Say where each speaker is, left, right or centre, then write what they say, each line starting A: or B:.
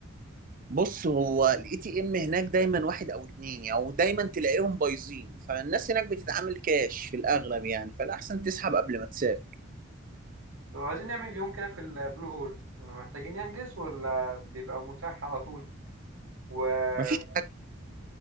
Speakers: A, on the right; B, on the right.
A: بص هو الاي تي ام هناك دايما واحد او اتنين او يعني ودايما تلاقيهم بايظين فالناس هناك بتتعامل كاش في الاغلب يعني فالاحسن تسحب قبل ما تسافر
B: لو عايزين نعمل يوم كده في البلو هول محتاجين نحجز ولا بيبقى متاح على طول وبص
A: مفيش حاجه